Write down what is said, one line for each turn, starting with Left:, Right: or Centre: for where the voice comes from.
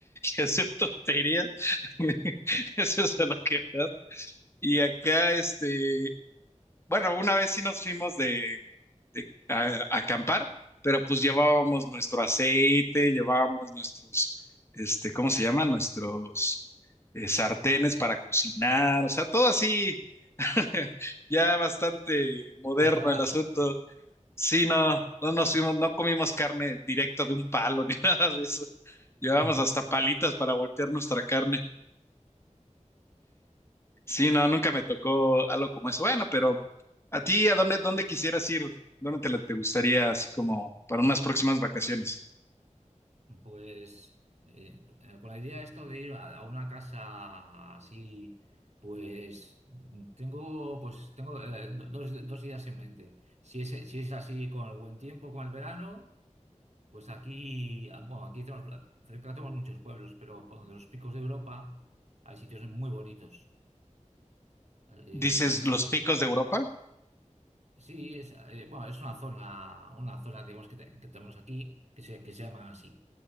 Left: y hacer tonterías. <laughs> Eso es a lo que vas. Y acá, este, bueno, una vez sí nos fuimos de, de a, a acampar, pero pues llevábamos nuestro aceite, llevábamos nuestros, este, ¿cómo se llaman? Nuestros eh, sartenes para cocinar, o sea, todo así, <laughs> ya bastante moderno
Right: preparados.
Left: el asunto. Sí, no, no nos fuimos, no comimos carne directo de un palo <laughs> ni nada de eso. Llevábamos
Right: <laughs>
Left: hasta palitas para voltear nuestra carne. Sí, no, nunca me tocó algo como eso. Bueno, pero a ti, ¿a dónde, dónde quisieras ir? ¿Dónde te, la- te gustaría así como para unas próximas vacaciones?
Right: Pues eh, eh, con la idea esto de ir a, a una casa así, pues mm, tengo, pues tengo eh, do- dos, dos ideas en mente. Si es, si es así con el buen tiempo, con el verano, pues aquí, ah, bueno, aquí tenemos, la- cerca tenemos muchos pueblos, pero por donde los picos de Europa hay sitios muy bonitos. eh,
Left: ¿Dices
Right: muy tran-
Left: los picos de Europa?
Right: sí, es, eh, bueno, es una zona, una zona, digamos, que, te- que tenemos aquí que se, que se llama así.